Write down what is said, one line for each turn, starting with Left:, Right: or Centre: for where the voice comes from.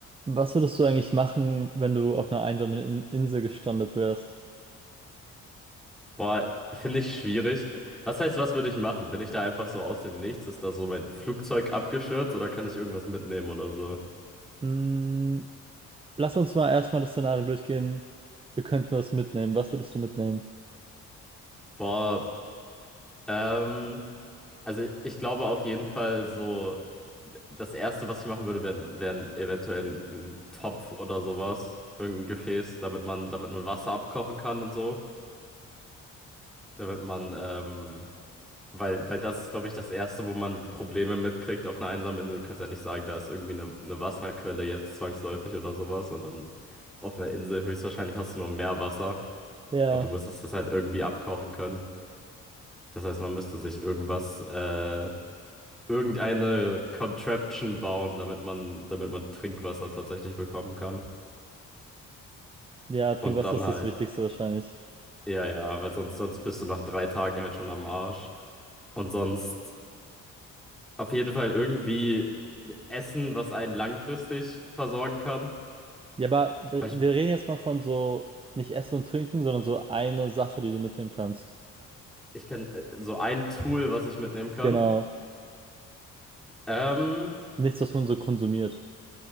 Right: Was würdest du eigentlich machen, wenn du auf einer einsamen In Insel gestrandet wärst?
Centre: Boah, finde ich schwierig. Was heißt, was würde ich machen? Bin ich da einfach so aus dem Nichts? Ist da so mein Flugzeug abgestürzt oder kann ich irgendwas mitnehmen oder so?
Right: Mm, lass uns mal erstmal das Szenario durchgehen. Wir könnten was mitnehmen. Was würdest du mitnehmen?
Centre: Boah, ähm, also ich, ich glaube auf jeden Fall so, d- das Erste, was ich machen würde, wären wären eventuell ein, ein Topf oder sowas, irgendein Gefäß, damit man, damit man Wasser abkochen kann und so, damit man ähm, Weil, weil das ist, glaube ich, das Erste, wo man Probleme mitkriegt auf einer einsamen Insel. Du kannst ja nicht sagen, da ist irgendwie eine, eine Wasserquelle jetzt zwangsläufig oder sowas, sondern auf einer Insel höchstwahrscheinlich hast du nur Meerwasser
Right: Ja,
Centre: und du müsstest das halt irgendwie abkochen können. Das heißt, man müsste sich irgendwas, äh, irgendeine Contraption bauen, damit man, damit man Trinkwasser tatsächlich bekommen kann.
Right: ja, Trinkwasser
Centre: Und dann
Right: ist
Centre: halt,
Right: das Wichtigste wahrscheinlich.
Centre: ja, ja, weil sonst, sonst bist du nach drei Tagen halt schon am Arsch. Und sonst. Auf jeden Fall irgendwie Essen, was einen langfristig versorgen kann.
Right: Ja, aber wir
Centre: Aber ich,
Right: wir reden jetzt mal von so nicht Essen und Trinken, sondern so eine Sache, die du mitnehmen kannst.
Centre: ich kann äh, so ein Tool, was ich mitnehmen kann.
Right: Genau.
Centre: Ähm,
Right: Nichts, was man so konsumiert.